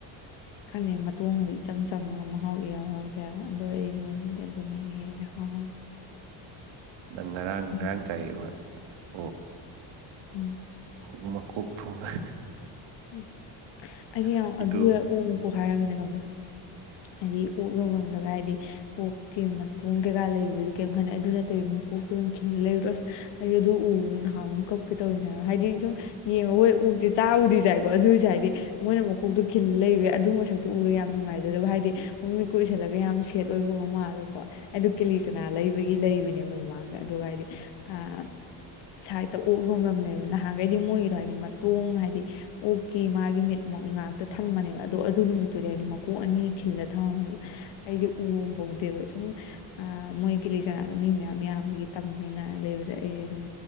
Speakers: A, on the left; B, on the right.
A: ꯈꯪꯗ ꯇꯣꯡꯒꯗꯣ ꯏꯆꯝ ꯆꯪꯉ ꯑꯃ ꯃꯍꯥꯎ ꯏꯌꯥꯎ ꯌꯥꯎꯗꯦ ꯍꯥꯏꯕ ꯑꯗꯣ ꯑꯩꯒꯤ ꯑꯣꯏꯅꯗꯤ ꯑꯗꯨꯅꯦ ꯍꯦꯜꯂꯦ ꯍꯥꯎꯕ꯫
B: ꯅꯪ ꯉꯔꯥꯡ
A: ꯎꯝ
B: ꯉꯔꯥꯡ ꯆꯥꯏ ꯍꯣꯏ ꯑꯣ
A: ꯎꯝ
B: <unintelligible>
A: ꯎ ꯑꯩꯗꯤ ꯌꯥꯝ
B: ꯊꯣꯡꯉꯒꯤꯗꯣ
A: ꯑꯗꯨ ꯍ ꯑꯣ ꯑꯣꯛꯀꯣ ꯍꯥꯏꯔꯒꯅꯦ ꯈꯪꯕ꯭ꯔꯥ ꯍꯥꯏꯗꯤ ꯑꯣꯛ ꯂꯣ ꯚꯝꯗꯒ ꯍꯥꯏꯗꯤ ꯀꯣꯛꯀꯤ ꯃꯇꯨꯡ ꯀꯩꯀꯥ ꯂꯩꯕꯗꯨꯗꯤ ꯀꯩꯔꯝ ꯈꯠꯗꯦ ꯑꯗꯨ ꯅꯠꯇꯩ ꯀꯣꯛꯇꯨ ꯑꯣꯏꯅ ꯈꯤ ꯂꯩꯔꯨꯔꯣ ꯑꯁ ꯑꯩ ꯑꯗꯨ ꯎꯔꯣ ꯅꯍꯥꯟ ꯑꯃꯨꯛ ꯀꯞꯀꯦ ꯇꯧꯔꯤꯅꯦꯕ ꯍꯥꯏꯗꯤ ꯁꯨꯝ ꯌꯦꯡꯉꯣ <unintelligible> ꯑꯣꯛꯁꯤ ꯆꯥꯕꯗꯤ ꯆꯥꯏꯀꯣ ꯑꯗꯨꯏꯁꯨ ꯍꯥꯏꯗꯤ ꯃꯣꯏꯅ ꯃꯀꯣꯛꯇꯣ ꯈꯤꯜ ꯂꯩꯕ ꯑꯗꯨ ꯃꯁꯛꯇꯣ ꯎꯔꯒ ꯌꯥꯝ ꯅꯨꯡꯉꯥꯏ ꯑꯗꯨꯗꯕꯨ ꯍꯥꯏꯗꯤ ꯃꯃꯤꯠꯀ ꯎꯏꯁꯜꯂꯒ ꯌꯥꯝ ꯁꯦꯠ ꯑꯣꯏꯕꯒ ꯃꯥꯜꯂꯀꯣ ꯑꯩꯗꫭ ꯀꯦꯂꯤ ꯆꯅꯥ ꯂꯩꯕꯒꯤ ꯂꯩꯕꯅꯦ ꯃꯃꯥꯒ ꯑꯗꯨꯒ ꯍꯥꯏꯗꯤ ꯑ ꯁꯥꯏꯠꯇ ꯑꯣꯛ ꯌꯣꯟꯐꯝ ꯂꯩꯕ ꯅꯍꯥꯟꯈꯩꯗꯤ ꯃꯣꯏꯒꯤꯗꯣ ꯍꯥꯏꯗꯤ ꯃꯇꯣꯡ ꯍꯥꯏꯗꯤ ꯑꯣꯛꯀꯤ ꯃꯥꯒꯤ ꯃꯤꯠ ꯉꯥꯛꯇ ꯊꯝꯕꯅꯦꯕ ꯑꯗꯣ ꯑꯗꯨ ꯅꯨꯃꯤꯠꯇꯨꯗꯤ ꯑꯩꯗꯤ ꯀꯣꯛ ꯑꯅꯤ ꯈꯤꯜꯂ ꯊꯝꯃꯝꯃꯦꯕ ꯑꯩꯁꯦ ꯎꯍꯧꯗꯦꯕ ꯁꯨꯝ ꯑ ꯃꯣꯏꯒꯤ ꯀꯤꯂꯤꯆꯅꯥꯗꯣ ꯃꯤ ꯃꯌꯥꯝ ꯌꯥꯝꯕꯒꯤ ꯇꯝꯕꯩꯉꯥꯏ ꯂꯩꯕꯗ ꯑꯩꯁꯦ ꯁꯨꯝ